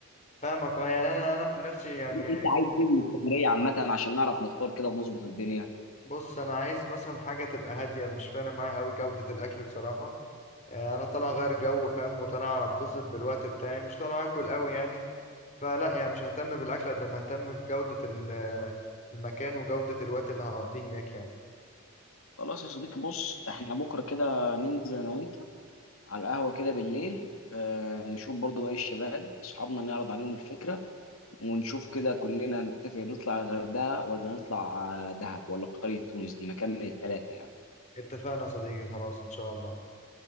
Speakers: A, on the left; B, on the left.
A: فاهمك اه يعني انا انا عن نفسي يعني
B: أنت عايز إيه من السفرية عامة عشان نعرف نختار كده ونظبط الدنيا
A: بص انا عايز مثلا حاجه تبقى هاديه مش فارق معايا قوي جوده الاكل بصراحه آه، انا طالع غير جو فاهم وطالع اتبسط بالوقت بتاعي مش طالع اكل قوي يعني فلا يعني مش ههتم بالاكل قد ما ههتم بجوده ال- آه، المكان وجوده الوقت اللي هقضيه هناك يعني
B: خلاص يا صديقي بص احنا بكره كده ننزل انا وانت على القهوة كده بالليل آه نشوف برضو باقي الشباب أصحابنا نعرض عليهم الفكرة ونشوف كده كلنا نتفق نطلع على الغردقة ولا نطلع آه، دهب ولا قرية تونس دي مكان من التلاتة يعني
A: اتفقنا يا صديقي خلاص ان شاء الله